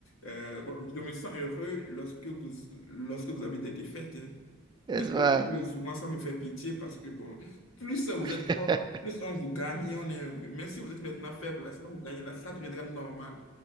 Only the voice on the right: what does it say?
N'est-ce
pas?
<laughs>